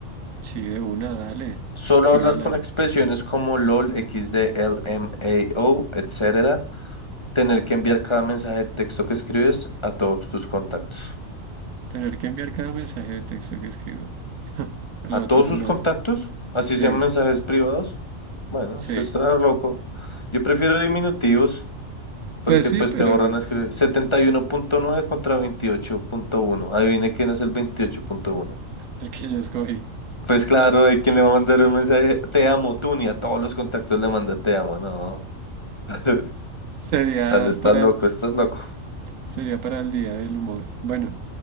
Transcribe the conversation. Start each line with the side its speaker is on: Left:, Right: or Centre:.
Right: Sí, de una, dale.
Left: Solo
Right: Tírala.
Left: hablar con
Right: de
Left: expresiones como LOL, x XD, LMAO, etcétera tener que enviar cada mensaje de texto que escribes a todos tus contactos.
Right: Tener que enviar cada mensaje de texto que escribo. La
Left: A
Right: otra
Left: todos
Right: se
Left: sus
Right: me
Left: contactos,
Right: hace.
Left: así
Right: Sí,
Left: sean mensajes privados. Bueno,
Right: sí.
Left: usted está loco. Yo prefiero diminutivos porque
Right: Pues sí,
Left: pues
Right: pero
Left: te ahorran escribir setenta y uno punto nueve contra veintiocho punto uno. Adivine quién es el veintiocho punto uno.
Right: el que yo escogí.
Left: Pues claro, hay quien le va a mandar un mensaje, te amo, tú ni a todos los contactos le manda te amo, no. <laughs>
Right: Sería
Left: Tal estás
Right: para,
Left: loco, estás loco.
Right: sería para el día del humor. Bueno,